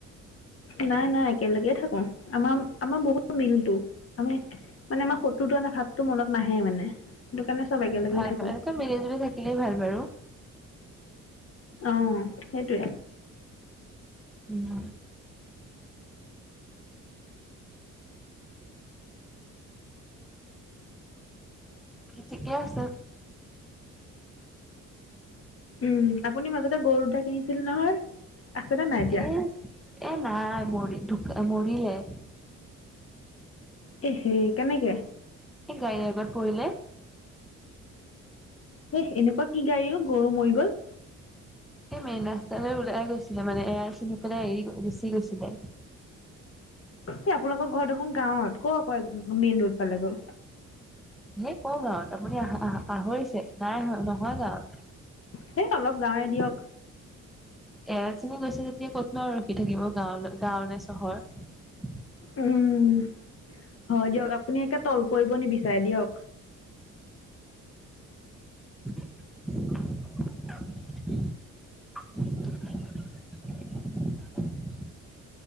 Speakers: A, on the left; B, in the centre.
A: নাই, নাই একেলেগে থাকোঁ। আমাম আমাম বহুত মিলটো আমি মানে আমাৰ শ টোতোন ভাৱটো মনত নাহে মানে। সেইটো কাৰণে চব একেলগেই
B: ভাল,
A: থাকো।
B: বা এনেকে মিলি জুলি থাকিলেই ভাল বাৰু।
A: অ, সেইটোৱে।
B: উম। ঠিকেই আছে।
A: উম, আপুনি মাজতে গৰু দুটা কিনিছিল নহয়? আছেনে নাই এতিয়া?
B: এ এ নাই মৰি ঢুকা মৰিলে।
A: এ সে কেনেকে?
B: এই গাড়ীৰ আগত পৰিলে।
A: এহ এনেকুৱা কি গাড়ীও গৰু মৰি গল?
B: এই মেই ৰাস্তালৈ ওলাই গৈছিলে মানে এৰাই চিনি পেলাই এৰি গুচি গৈছিলে।
A: এই আপোনালোকৰ ঘৰত দেখোন গাঁৱত কত আকো মেইন ৰোড পালেগৈ?
B: হেই ক গাঁৱত আপুনি আহ, আহ পাহৰিছে নাই নহয় গাঁৱত।
A: সেই অলপ গাঁৱে দিয়ক।
B: এৰাজনী গৈছে যেতিয়া কোত ন আৰু ৰখি থাকিব গাঁৱলৈ গাঁও নে চহৰ।
A: উম হয় দিয়ক আপুনি একে তল পৰিব নিবিচাৰে দিয়ক।
B: <inaudible> <inaudible>